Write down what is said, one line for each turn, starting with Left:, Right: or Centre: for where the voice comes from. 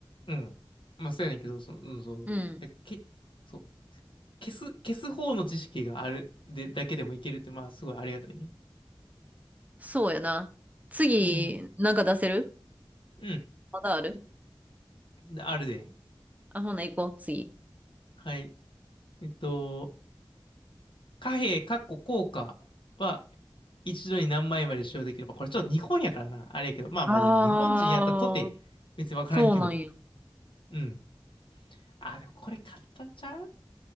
Left: うん。まあ、そうやねんけど、その、うん、そう。
Right: うん。
Left: け、そう。消す、消す方の知識があるで、だけでもいけるって、まあ、すごいありがたいね。
Right: そうやな。次、
Left: うん。
Right: なんか出せる
Left: うん。
Right: まだある
Left: であるで。
Right: あ、ほな行こう、次。
Left: はい。えっと、貨幣、かっこ硬貨は、一度に何枚まで使用できれば、これちょっと日本やからな。あれやけど、まあまあ、
Right: ああ、
Left: 日本人やったとて、別にわからんけど。
Right: そうなんや。
Left: うん。あ、でもこれ簡単ちゃう